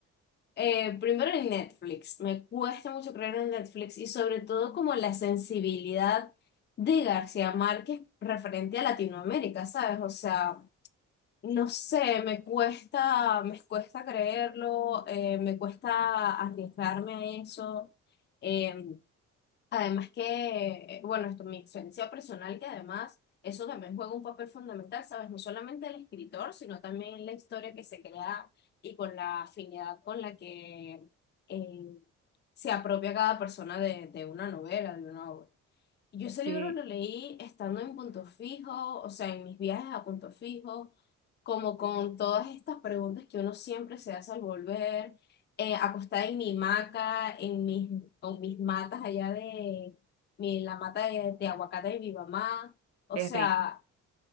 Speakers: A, on the left (about 35°); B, on the right (about 60°).
A: Eh, primero en Netflix, me cuesta mucho creer en Netflix y sobre todo como la sensibilidad de García Márquez referente a Latinoamérica, ¿sabes? O sea, no sé, me cuesta, me cuesta creerlo, eh, me cuesta arriesgarme a eso. Eh, Además que, bueno, esto, mi experiencia personal, que además eso también juega un papel fundamental, ¿sabes? No solamente el escritor, sino también la historia que se crea y con la afinidad con la que eh, se apropia cada persona de, de una novela, de una obra. Yo ese
B: sí,
A: libro lo leí estando en Punto Fijo, o sea, en mis viajes a Punto Fijo, como con todas estas preguntas que uno siempre se hace al volver, eh, acostada en mi hamaca, en mis, o mis matas allá de mi, la mata de, de aguacate de mi mamá. O
B: qué
A: sea,
B: rico.